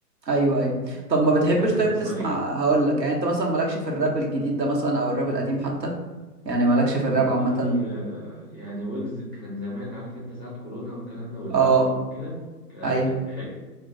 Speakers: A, on the right; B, on the left.
A: ايوه ايوه طب ما بتحبش
B: انت بتحب
A: طيب
B: تسمع
A: تسمع
B: ايه
A: هقول لك يعني انت مثلا مالكش في الراب الجديد ده مثلا او الراب القديم حتى يعني مالكش في
B: والله
A: الراب عامه
B: آه، يعني ويجز كان زمان عارف انت ساعة كورونا والكلام ده والبخت
A: اه
B: وكده لا
A: ايوه
B: كان حلو